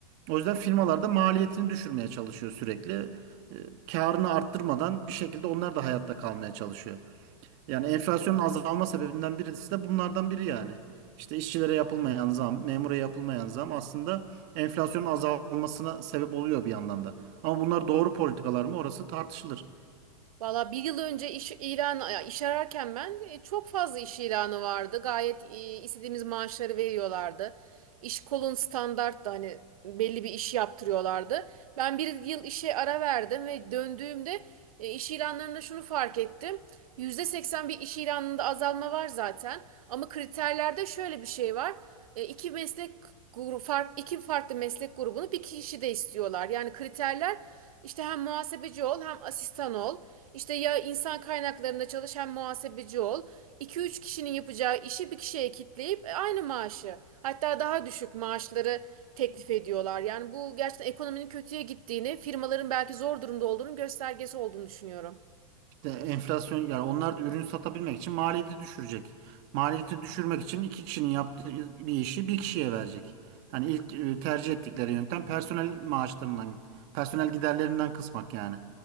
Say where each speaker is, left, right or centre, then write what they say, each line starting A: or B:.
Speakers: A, on the right; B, on the right.
A: O yüzden firmalar da maliyetini düşürmeye çalışıyor sürekli. E, karını arttırmadan bir şekilde onlar da hayatta kalmaya çalışıyor. Yani enflasyonun azalma sebebinden birisi de bunlardan biri yani. İşte işçilere yapılmayan zam, memura yapılmayan zam aslında enflasyonun azalmasına sebep oluyor bir yandan da. Ama bunlar doğru politikalar mı orası tartışılır.
B: Valla bir yıl önce iş ilan ya iş ararken ben e, çok fazla iş ilanı vardı. Gayet e, istediğimiz maaşları veriyorlardı. İş kolun standarttı hani belli bir iş yaptırıyorlardı. Ben bir yıl işe ara verdim ve döndüğümde e, iş ilanlarında şunu fark ettim. yüzde seksen bir iş ilanında azalma var zaten. Ama kriterlerde şöyle bir şey var. E, iki meslek grubu, fark, iki farklı meslek grubunu bir kişi de istiyorlar. Yani kriterler işte hem muhasebeci ol hem asistan ol. İşte ya insan kaynaklarında çalış hem muhasebeci ol. iki üç kişinin yapacağı işi bir kişiye kitleyip e, aynı maaşı hatta daha düşük maaşları teklif ediyorlar. Yani bu gerçekten ekonominin kötüye gittiğini, firmaların belki zor durumda olduğunun göstergesi olduğunu düşünüyorum.
A: İşte enflasyon yani onlar da ürün satabilmek için maliyeti düşürecek. Maliyeti düşürmek için iki kişinin yaptığı bir işi bir kişiye verecek. Hani ilk e, tercih ettikleri yöntem personel maaşlarından, personel giderlerinden kısmak yani.